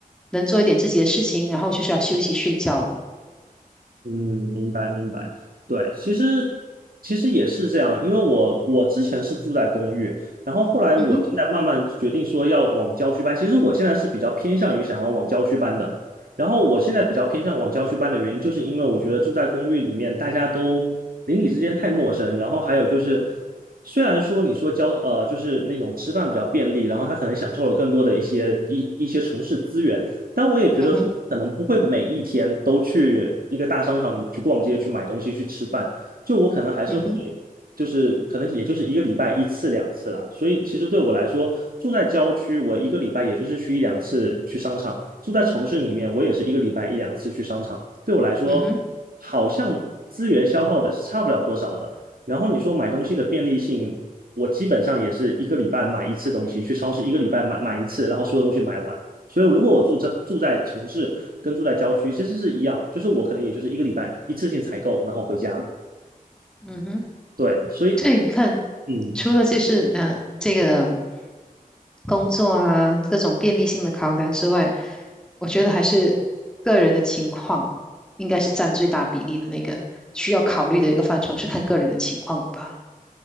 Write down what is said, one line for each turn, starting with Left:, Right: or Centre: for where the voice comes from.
Centre: 能做一点自己的事情，然后就是要休息睡觉了。
Right: 嗯，明白明白，对，其实其实也是这样，因为我我之前是住在公寓，然后后来我现在慢慢决定说要往郊区搬。
Centre: 嗯哼，
Right: 其实我现在是比较偏向于想要往郊区搬的，然后我现在比较偏向往郊区搬的原因，就是因为我觉得住在公寓里面，大家都邻里之间太陌生，然后还有就是，虽然说你说交呃就是那种吃饭比较便利，然后他可能享受了更多的一些一一些城市资源。但我也觉得说可能不会每一天都去一个大商场里去逛街、
Centre: 嗯哼，
Right: 去买东西、去吃饭。就我可能还是会，
Centre: 嗯哼，
Right: 就是可能也就是一个礼拜一次两次啦。所以其实对我来说，住在郊区，我一个礼拜也就是去一两次去商场；住在城市里面，我也是一个礼拜一两次去商场。对我来说，
Centre: 嗯哼，
Right: 好像资源消耗的是差不了多少的。然后你说买东西的便利性，我基本上也是一个礼拜买一次东西，去超市一个礼拜买买一次，然后所有东西买完。所以如果我住在住在城市跟住在郊区其实是一样，就是我可能也就是一个礼拜一次性采购，然后回家。
Centre: 嗯哼。
Right: 对，所以
Centre: 所以你看，
Right: 嗯，
Centre: 除了就是嗯，这个工作啊各种便利性的考量之外，我觉得还是个人的情况应该是占最大比例的那个需要考虑的一个范畴，是看个人的情况了吧？